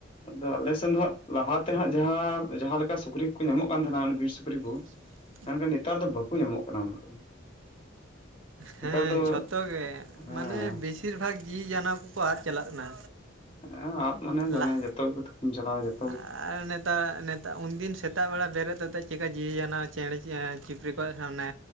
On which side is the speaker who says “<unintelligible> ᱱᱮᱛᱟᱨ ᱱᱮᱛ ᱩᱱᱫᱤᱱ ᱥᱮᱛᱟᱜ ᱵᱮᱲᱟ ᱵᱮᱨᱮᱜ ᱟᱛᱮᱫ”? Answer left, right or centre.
Right